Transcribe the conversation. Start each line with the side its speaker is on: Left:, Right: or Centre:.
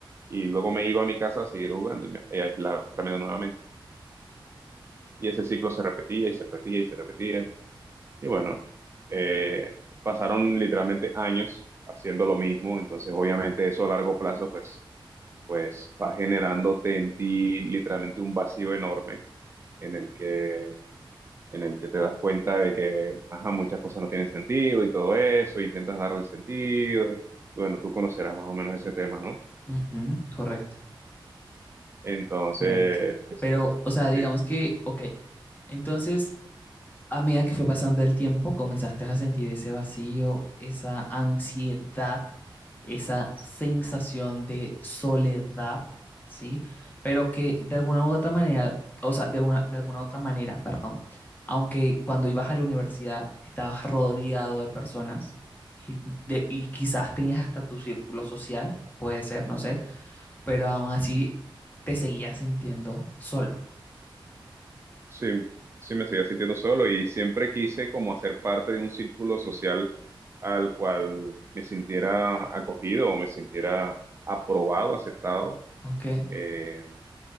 Right: Y luego me iba a mi casa a seguir jugando y, me, y a aislarme nuevamente. Y ese ciclo se repetía y se repetía y se repetía. Y bueno, eh, pasaron literalmente años haciendo lo mismo. Entonces, obviamente, eso a largo plazo, pues pues va generándote en ti literalmente un vacío enorme en el que, en el que te das cuenta de que, ajá, muchas cosas no tienen sentido y todo eso, intentas darle sentido y bueno, tú conocerás más o menos ese tema, ¿no?
Left: Ujú, correcto,
Right: Entonces,
Left: correcto. Pero, o sea,
Right: sí,
Left: digamos que, ok, entonces... a medida que fue pasando el tiempo, comenzaste a sentir ese vacío, esa ansiedad, esa sensación de soledad, ¿sí? Pero que de alguna u otra manera, o sea, de una, de alguna otra manera, perdón, aunque cuando ibas a la universidad estabas rodeado de personas y, de- y quizás tenías hasta tu círculo social, puede ser, no sé, pero aún así te seguías sintiendo solo,
Right: sí, sí me seguía sintiendo solo y siempre quise como hacer parte de un círculo social al cual me sintiera acogido o me sintiera aprobado, aceptado.
Left: ¿ok?
Right: Eh,